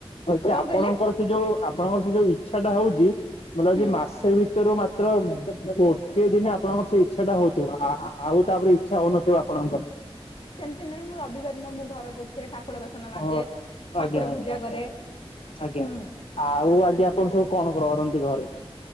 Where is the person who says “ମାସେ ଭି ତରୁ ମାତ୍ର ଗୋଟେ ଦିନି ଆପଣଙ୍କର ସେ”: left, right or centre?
Left